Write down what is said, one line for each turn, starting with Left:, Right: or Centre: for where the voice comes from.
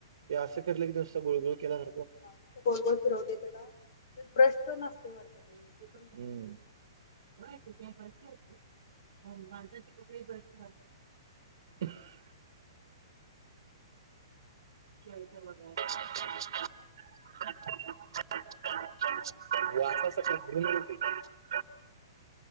Right: ते असे फिरले की, जास्त गोळ गळ केला.
Left: हा गोल-गोल फिरवते, त्याला ब्रश प नसते वाटत ते. पण
Right: होय
Left: घ्या
Right: त्या बसते, माणसाची कपडे बसते. ह <unintelligible> केव के बघा <unintelligible> वा <unintelligible>